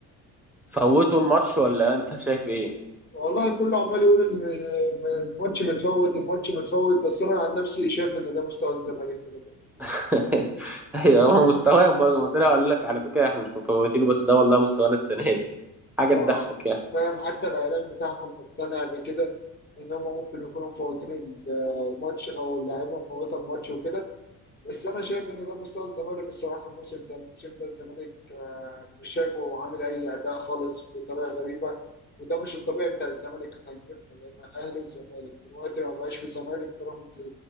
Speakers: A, in the centre; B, on the left.
A: فوتوا الماتش ولا انت شايف ايه؟
B: والله كله عمال يقول إن الماتش متفوت الماتش متفوت بس انا عن نفسي شايف ان ده مستوى الزمالك كده كده
A: <laughs> ايوه هو مستواهم برضه ما طلع قال لك على فكره احنا مش مفوتينه بس ده والله مستوانا السنه دي حاجه
B: اه
A: تضحك يعني
B: فاهم حتى الاعلام بتاعهم مقتنع بكده ان هم ممكن يكونوا مفوتين ال- الماتش او اللاعيبه مفوته الماتش وكده بس انا شايف ان ده مستوى الزمالك الصراحه الموسم ده الموسم ده الزمالك آه، مش شايفه عامل اي اداء خالص بطريقه غريبه وده مش الطبيعي بتاع الزمالك احنا كبرنا بقينا اهلي وزمالك دلوقتي ما بقاش في زمالك بيراميدز